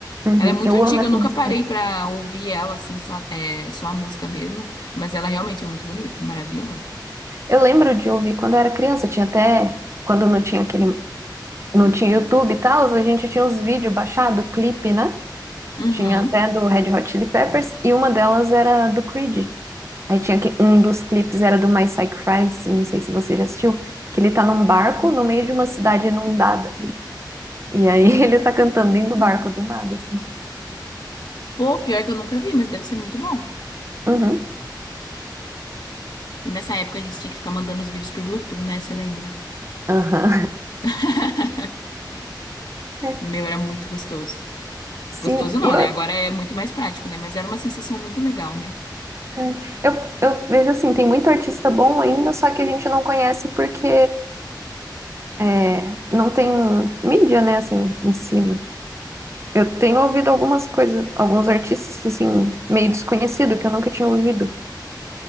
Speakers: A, on the right; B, on the left.
A: uhum.
B: Ela é muito
A: Eu
B: antiga,
A: amo essa
B: eu nunca
A: música.
B: parei pra ouvir ela, assim, só, é, só a música mesmo. Mas ela realmente é muito bonita, maravilhosa.
A: Eu lembro de ouvir quando eu era criança, tinha até quando não tinha aquele, não tinha YouTube e tal, a gente tinha uns vídeos baixados, clipe, né?
B: Uhum.
A: Tinha até do Red Hot Chili Peppers e uma delas era do Creed. Aí tinha que um dos clipes era do My Psych Crisis, não sei se você já assistiu, que ele tá num barco no meio de uma cidade inundada. E aí <laughs> ele tá cantando dentro do barco do nada, assim.
B: Pô, pior que eu nunca vi, mas deve ser muito bom.
A: Uhum.
B: E nessa época a gente tinha que ficar mandando os vídeos pro Bluetooth, né? Você lembra?
A: Aham.
B: <laughs>
A: É.
B: Meu, era muito gostoso.
A: Sim,
B: Gostoso não,
A: e eu,
B: né? Agora é muito mais prático, né? Mas era uma sensação muito legal, né?
A: É, Eu, eu vejo assim, tem muito artista bom ainda, só que a gente não conhece porque é, não tem mídia, né, assim, em cima. Eu tenho ouvido algumas coisas, alguns artistas, assim, meio desconhecido, que eu nunca tinha ouvido.